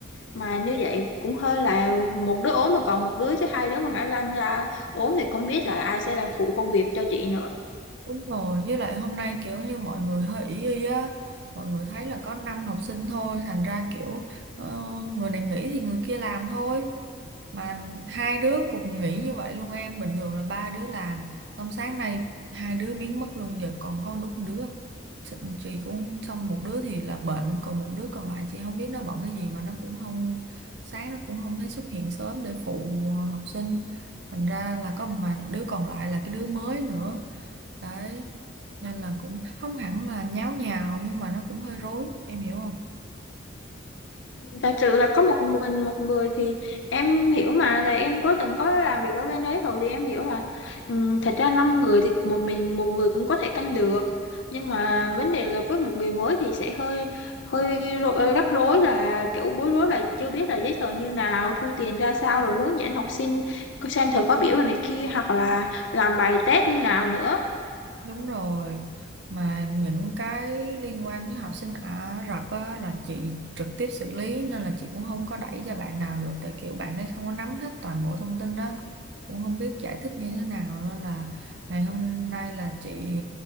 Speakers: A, on the left; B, on the right.
A: mà như vậy cũng hơi là một đứa ốm mà còn một đứa chứ hai đứa mà ngã lăn ra ốm thì không biết là ai sẽ làm phụ công việc cho chị nữa
B: Đúng rồi, với lại hôm nay kiểu như mọi người hơi ý y á, mọi người thấy là có 5 học sinh thôi, thành ra kiểu ờ, người này nghỉ thì người kia làm thôi. Mà hai đứa cùng nghỉ như vậy luôn em, bình thường là ba đứa làm, xong sáng nay hai đứa biến mất luôn, giờ còn có đúng đứa. Chị chị cũng xong một đứa thì là bệnh, còn một đứa còn lại chị không biết nó bận cái gì mà nó cũng không, sáng nó cũng không thấy xuất hiện sớm để phụ học sinh. Thành ra là có mà đứa còn lại là cái đứa mới nữa đấy nên là cũng không hẳn là nháo nhào nhưng mà nó cũng hơi rối em hiểu không
A: Giả sự là có một mình một người thì em hiểu mà là em có từng có làm việc ở bên đấy rồi thì em hiểu là ừ, thật ra năm người thì một mình một người cũng có thể canh được nhưng mà vấn đề là với một người mới thì sẽ hơi hơi rộ- rắc rối là kiểu bối rối là chưa biết là giấy tờ như nào thu tiền ra sao rồi hướng dẫn học sinh có xem thời khóa biểu rồi này kia hoặc là làm bài test như nào nữa
B: Đúng rồi, mà những cái liên quan với học sinh Ả Rập á, là chị trực tiếp xử lý nên là chị cũng không có đẩy cho bạn nào được tại kiểu bạn ấy không có nắm hết toàn bộ thông tin đó cũng không biết giải thích như thế nào nên là ngày hôm nay là chị